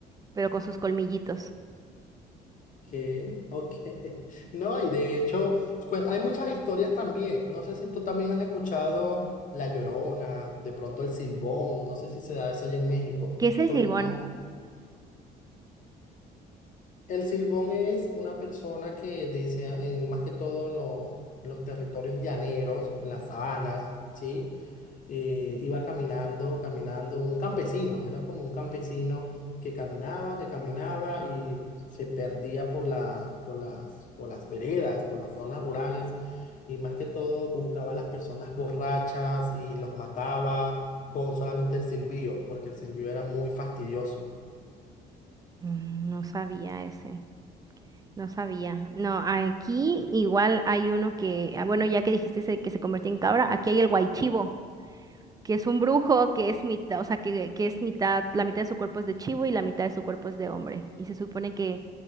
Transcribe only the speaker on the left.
Ok, ok. <laughs> No, y de hecho, cue- hay muchas historias también. No sé si tú también has escuchado La Llorona, de pronto el Silbón. No sé si se da eso allá en México.
Porque
acá el Silbón es una persona que dice, en, más que todo en, lo- en los territorios llaneros, en las sabanas, ¿sí? eh, iba caminando, caminando, un campesino, era como un campesino que caminaba, que caminaba y se perdía por la, por las, por las veredas, por las zonas rurales y más que todo buscaba a las personas borrachas y los mataba con solamente el silbido, porque el silbido era muy fastidioso.